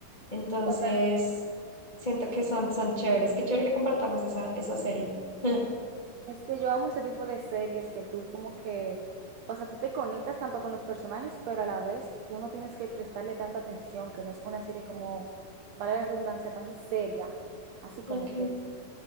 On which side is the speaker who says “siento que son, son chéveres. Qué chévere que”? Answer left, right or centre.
Left